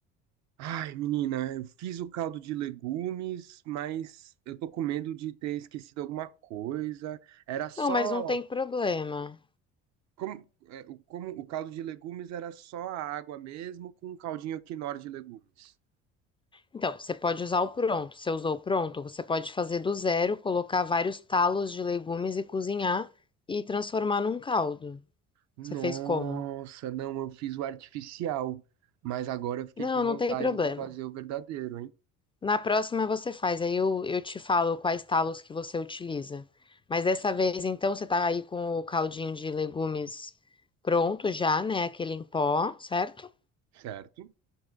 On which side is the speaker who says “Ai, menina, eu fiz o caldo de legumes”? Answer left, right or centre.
Right